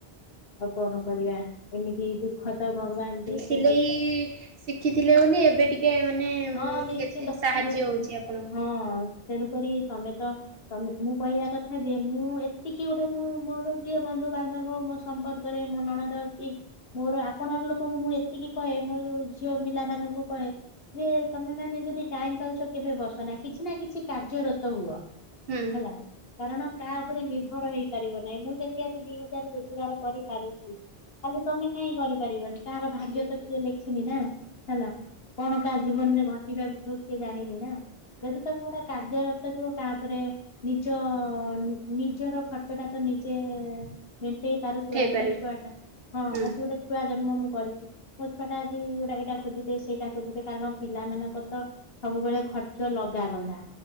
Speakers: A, on the left; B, on the right.
A: ଆଉ କଣ କରିବା ଏମିତି ଦୁଃଖ ତ ଭଗବାନ ଦେଇ
B: ସିଲେଇ ଶିଖିଥିଲେ ବୋଲି ଏବେ ଟିକେ ମାନେ
A: ହଁ ନିଶ୍ଚିନ୍ତ
B: କେତେ ସାହାଯ୍ୟ
A: ମୁଁ
B: ହଉଛି ଆପଣ କୁ
A: ହଁ ତେଣୁକରି ତମେ ତ ତମେ ମୁଁ କହିବା କଥା ଯେ ମୁଁ ଏତିକି ଗୋଟେ ମୁଁ ମୋର ଯିଏ ବନ୍ଧୁ ବାନ୍ଧବ ମୋ ସମ୍ପର୍କରେ ମୋ ନଣନ୍ଦ ଅଛି। ମୋର ଆପଣ ଲୋକଙ୍କୁ ମୁଁ ଏତିକି କହେ ମୋର ଯୋଉ ଝିଅ ପିଲା ମାନଙ୍କୁ କହେ ଯେ ତମେ ମାନେ ଯଦି ଟାଇମ ପାଉଛ କେବେ ବସ ନା କିଛି ନା କିଛି କାର୍ଯ୍ୟରତ ହୁଅ।
B: ହୁଁ
A: ହେଲା କାରଣ କାହା ଉପରେ ନିର୍ଭର ହେଇପାରିବ ନାହିଁ ମୁଁ ଯେମତି ଆଜି ଦି ହଜାର ରୋଜଗାର କରିପାରୁଛି ଖାଲି ତମେ କାହିଁ କରିପାରିବନି କାହାର ଭାଗ୍ୟ
B: ହୁଁ ହୁଁ। ନିଶ୍ଚିତ
A: ତ କିଏ ଲେଖିନି ନା? ହେଲା କଣ କାହା ଜୀବନରେ ଘଟିବାକୁ ଥିବ କିଏ ଜାଣିନି ନା
B: ହୁଁ
A: ଯଦି ତମେ ଗୋଟେ କାର୍ଯ୍ୟର ଥିବ କାହାପରେ ନିଜ ନିଜର ଖର୍ଚ୍ଚ ଟା ତ ନିଜେ ମେଟେଇ ପାରୁଥିବ
B: ଉଠେଇ
A: ଆଜି ଗୋଟେ
B: ପାରିବୁ
A: ଛୁଆଟା ହଁ
B: ହୁଁ
A: ଆଜି ଗୋଟେ ଛୁଆ ଜନ୍ମ ମୁଁ କରିଛି? ମୋ ଛୁଆଟା ଆଜି ଗୋଟା ଏଇଟା ଖୋଜିଦେ ସେଇଟା ଖୋଜିଦେ କାରଣ ପିଲାମାନାନଙ୍କ ତ ସବୁବେଳେ ଖର୍ଚ୍ଚ ଲଗାାବନ୍ଧା।